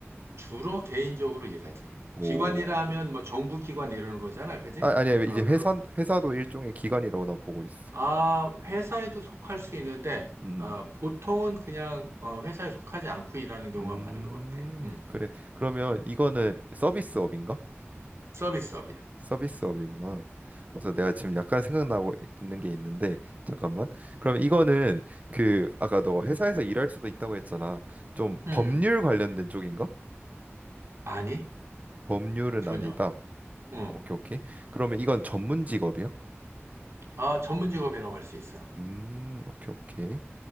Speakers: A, on the right; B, on the right.
A: 주로 개인적으로 일하지.
B: 오,
A: 기관이라면 뭐 정부 기관 이러는 거잖아, 그지?
B: 아, 아니야. 이제
A: 어,
B: 회사
A: 그런.
B: 회사도 일종의 기관이라고 나 보고 있어.
A: 아, 회사에도 속할 수 있는데,
B: 음.
A: 어, 보통은 그냥 어, 회사에 속하지 않고 일하는 경우가
B: 음,
A: 많은 것 같아. 음,
B: 그래. 그러면 이거는 서비스업인가?
A: 서비스업이야.
B: 서비스업이구나. 그래서 내가 지금 약간 생각나고 있는 게 있는데 잠깐만. 그러면 이거는 그 아까 너 회사에서 일할 수도 있다고 했잖아. 좀
A: 음,
B: 법률
A: 음.
B: 관련된 쪽인가?
A: 아니,
B: 법률은
A: 전혀.
B: 아니다.
A: 음,
B: 오케이, 오케이. 그러면 이건 전문 직업이야?
A: 아, 전문 직업이라고 할 수 있어.
B: 음, 오케이, 오케이.